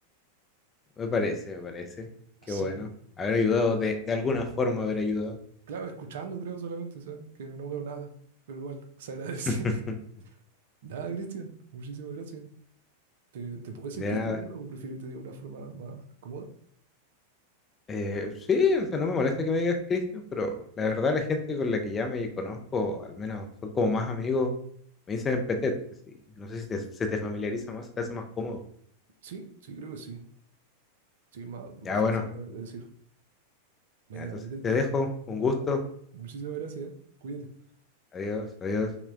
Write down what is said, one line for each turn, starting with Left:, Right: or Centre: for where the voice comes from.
Left: Me parece, me parece.
Right: Así,
Left: Qué bueno.
Right: que,
Left: Haber ayudado
Right: yo-
Left: de, de alguna forma, haber ayudado.
Right: claro, escuchando creo solamente, ¿sabes? Que no veo nada, pero igual se agradece.
Left: <laughs>
Right: <laughs> Nada, Cristian, muchísimas gracias. ¿Te, te puedo decir
Left: De
Right: Cristian,
Left: nada.
Right: ¿verdad? o prefieres que te diga una forma más cómoda?
Left: Eh, sí, o sea, no me molesta que me digas Cristian, pero la verdad la gente con la que ya me conozco, al menos son como más amigos, me dicen Petet. sí. No sé si te- se te familiariza más, se te hace más cómodo.
Right: Sí, sí, creo que sí. Sí, más, más
Left: Ya
Right: fácil
Left: bueno,
Right: de de decir. Venga,
Left: ya, entonces
Right: metete.
Left: te dejo, un gusto,
Right: Vale, muchísimas gracias, ¿eh? Cuídate.
Left: adiós, adiós.